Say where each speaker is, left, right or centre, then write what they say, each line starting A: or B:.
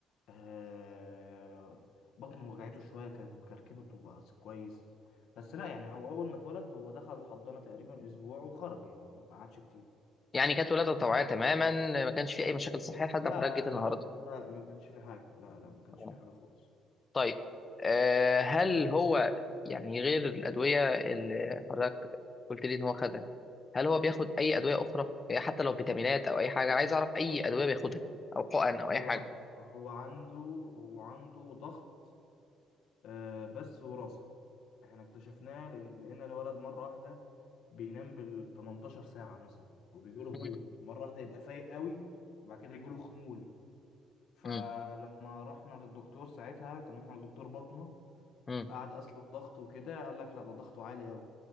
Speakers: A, on the left; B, on the left.
A: آه... بطنه وجعته شوية كان كركبت وبقى كويس بس لا يعني هو أول ما اتولد هو دخل الحضانة تقريبا أسبوع وخرج يعني هو ما قعدش كتير
B: يعني كانت ولادة طوعية تماما ما كانش في أي مشاكل صحية لحد
A: لا
B: ما حضرتك جيت النهاردة
A: لا لا ما كانش في حاجة لا لا ما كانش
B: تمام.
A: في حاجة خالص
B: طيب آه، هل هو يعني غير الأدوية اللي حضرتك قلت لي إن هو خدها هل هو بياخد أي أدوية أخرى آه، حتى لو فيتامينات أو أي حاجة أنا عايز أعرف أي أدوية بياخدها أو حقن
A: هو
B: أو أي حاجة
A: هو عنده هو عنده ضغط آه بس وراثة احنا اكتشفناه لأن لأن الولد مرة واحدة بينام بال 18 ساعة مثلا وبيجيله هبوط
B: مم.
A: مرة واحدة يبقى فايق قوي وبعد كده يجيله خمول فلما
B: مم.
A: رحنا للدكتور ساعتها كان رحنا للدكتور بطنه
B: مم.
A: قعد قاس له الضغط وكده قال لك لا ده ضغطه عالي قوي